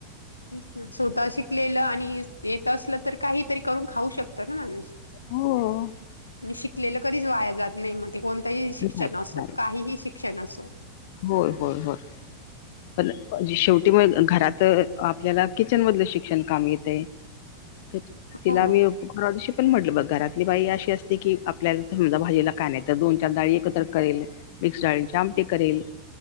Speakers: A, on the left; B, on the left.
A: तेच ना स्वतः शिकलेलं, आणि येत असलं तर काहीतरी करून खाऊ शकतं ना माणूस.
B: हो.
A: आणि शिकलेलं कधीच वाया जात नाही म्हण ते कोणतंही शिक्षण
B: नाही
A: असो,
B: नाही
A: काहीही शिक्षण असो.
B: होय होय होय पण जे शेवटी मग घरात आपल्याला किचन मधलं शिक्षण कामी येतय. तेच, तीला
A: हो.
B: मी परवा दिवशी पण म्हटलं बघ, घरातली बाई अशी असते की आपल्याला समजा भाजीला काय नाय तर दोन चार डाळी एकत्र करेल, मिक्स डाळींची आमटी करेल